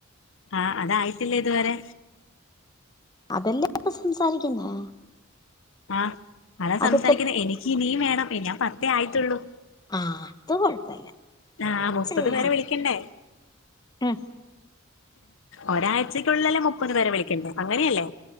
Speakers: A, on the left (about 65°); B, on the left (about 20°).
A: ആ അതായിട്ടില്ലേ ഇതുവരെ
B: അതെല്ലാം ഇപ്പൊ സംസാരിക്കുന്നേ
A: ആഹ് അതാ സംസാരിക്കുന്നത്
B: അതിപ്പോ
A: എനിക്ക് ഇനിയും വേണം ഇന പത്തേ ആയിത്തുള്ളു
B: ആഹ അത് കൊഴപ്പല്ല
A: ആ
B: അത്
A: മുപ്പത്
B: ചെയ്യാം
A: പേരെ വിളിക്കണ്ടേ
B: ഉം
A: ഒരാഴ്ചക്കുള്ളല്ലേ മുപ്പത് പരെ വിളിക്കണ്ടേ അങ്ങനെയല്ലേ